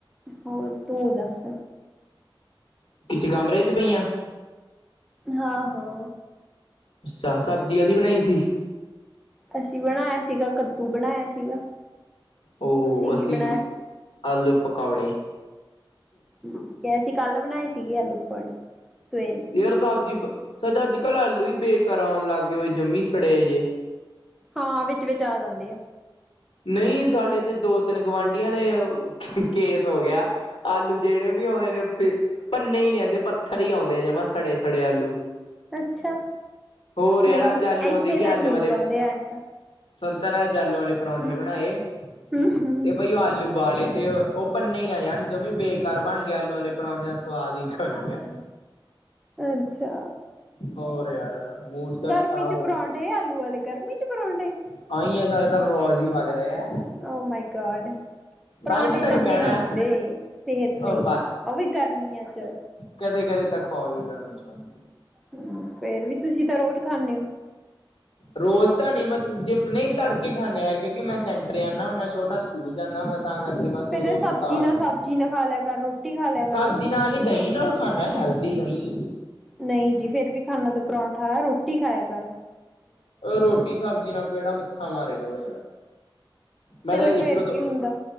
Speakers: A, in the centre; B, on the left.
A: ਹੋਰ, ਤੂੰ ਦੱਸ?
B: ਕਿੱਥੇ ਕਮਰੇ 'ਚ ਪਈ ਆਂ?
A: ਹਾਂ-ਹਾਂ।
B: ਅੱਛਾ ਸਬਜੀ <inaudible> ਦੀ ਬਣਾਈ ਸੀ।
A: ਅਸੀਂ ਬਣਾਇਆ ਸੀਗਾ, ਕੱਦੂ ਬਣਾਇਆ ਸੀਗਾ।
B: ਉਹ
A: ਤੁਸੀਂ
B: ਅਸੀਂ
A: ਕੀ ਬਣਾਇਆ ਸੀ
B: ਆਲੂ ਪਕੌੜੇ।
A: ਠੀਕ ਹੈ, ਅਸੀਂ ਕੱਲ ਬਣਾਏ ਸੀਗੇ, ਆਲੂ ਪਾਕੌੜੇ ਸਵੇਰੇ
B: ਤੇ, ਯਾਰ ਸਬਜ਼ੀ ਸੱਚਾ ਅੱਜ ਕੱਲ ਆਲੂ ਹੀ ਬੇਕਾਰ ਆਉਣ ਲੱਗ ਗੇ ਹੋਏ ਜਮੀ ਸੜੇ ਜੇ
A: ਹਾਂ, ਵਿੱਚ ਵਿਚ ਆ ਜਾਂਦੀ ਆ।
B: ਨਹੀਂ ਸਾਡੇ, ਤੇ ਦੋ ਤਿੰਨ ਗੁਆਂਢੀਆਂ ਨੇ। ਕੇਸ ਹੋ ਗਿਆ। ਆਲੂ ਜਿਹੜੇ ਵੀ ਆਉਂਦੇ ਨੇ ਭੰਨੇ ਹੀ ਨਹੀ ਜਾਦੇ ਪੱਥਰ ਹੀ ਆਉਂਦੇ। ਜਮਾਂ, ਸੜੇ-ਸੜੇ, ਆਲੂ।
A: ਅੱਛਾ
B: ਹੋਰ, ਯਾਰ
A: ਨਹੀਂ
B: ਅੱਜ ਆਲੂਆਂ
A: ਇੱਥੇ
B: ਦੇਖ
A: ਤਾਂ
B: ਆਲੂਆਂ
A: ਠੀਕ
B: ਦੇ
A: ਆਉਂਦੇ ਆ ਐ ਤਾਂ
B: ਸੰਤਾਂ ਨੇ ਅੱਜ ਆਲੂ ਵਾਲੇ ਪਰੌਂਠੇ
A: ਹੂੰ
B: ਬਣਾਏ,
A: ਹੂੰ ਹੂੰ
B: ਤੇ ਭਾਈ ਉਹ ਆਲੂ ਬਾਲੇ ਤੇ ਉਹ ਭੰਨੇ ਹੀ ਨਾ ਜਾਣ ਜਮੀ ਬੇਕਾਰ ਬਣ ਗਿਆ। ਆਲੂ ਵਾਲੇ ਪਰੌਂਠੇ ਦਾ ਸਵਾਦ ਹੀ ਗੱਲ ਗਿਆ।
A: ਅੱਛਾ,
B: ਹੋਰ ਯਾਰ ਮੂਡ ਤਾਂ
A: ਗਰਮੀ
B: ਖ਼ਰਾਬ
A: ਚ
B: ਹੋ
A: ਪਰੌਠ
B: ਗਿਆ
A: ਆਲੂ ਵਾਲੇ ਗਰਮੀ ਚ ਪਰਠੇ--ੇ
B: <unintelligible>
A: ਉਹ, ਮਾਈ ਗੋਡ। ਪਰਾਂਠੇ
B: ਤਾਂ ਹੀ ਤਾਂ ਤੈਨੂੰ
A: ਚੰਗੇ
B: ਕਹਿਣਾ
A: ਨਹੀਂ ਹੁੰਦੇ। ਸਿਹਤ ਲਈ
B: ਉਹ
A: ਉਹ ਵੀ ਗਰਮੀਆਂ ਚ।
B: ਕਦੇ-ਕਦੇ, ਤਾਂ ਖਵਾਆ ਵੀ ਲੈਉਣੀ ਚਾਹੁੰਦੇ।
A: ਹੂ, ਫੇਰ ਵੀ ਤੁਸੀਂ ਤਾਂ ਰੋਜ਼ ਖਾਂਦੇ। ਹੋ
B: ਰੋਜ਼ ਤਾ ਨਹੀਂ ਮਤਲਬ, ਜੇ ਨਹੀਂ ਤੜਕੇ ਖਾਂਦੇ, ਯਾਰ ਕਿਉਂਕਿ, ਮੈਂ ਸੈਂਟਰ ਜਾਂਦਾ ਹੁੰਦਾ ਛੋਟਾ ਸਕੂਲ ਜਾਂਦਾ ਹੁੰਦਾ, ਤਾਂ ਕਰਕੇ ਬਸ
A: ਫੇਰ
B: ਉਦੋਂ
A: ਸਬਜ਼ੀ
B: ਪਕਾ
A: ਨਾ
B: ਲੈਂਦੇ
A: ਸਬਜ਼ੀ
B: ਆ।
A: ਨਾ ਖਾ ਲਿਆ ਕਰ ਰੋਟੀ ਖਾ ਲਿਆ ਕਰ
B: ਸਬਜ਼ੀ ਨਾਲ ਹੀ ਦਹੀਂ ਨਾਲ ਖਾਣਾ ਹੈਲਦੀ ਨਹੀਂ।
A: ਨਹੀਂ ਜੀ, ਫੇਰ ਵੀ ਖਾਨਾ ਤਾਂ ਪਰੌਂਠਾ ਆ, ਰੋਟੀ ਖਾਇਆ ਕੱਲ
B: ਰੋਟੀ, ਸਬਜ਼ੀ ਨਾਲ ਕਿਹੜਾ ਮੱਥਾ ਮਾਰੇ ਰੋਜ। ਮੈਂ
A: ਤੇਲੇ
B: ਤਾਂ
A: ਫੇਰ
B: ਇੱਕ
A: ਕੀ
B: ਦੋ
A: ਹੁੰਦਾ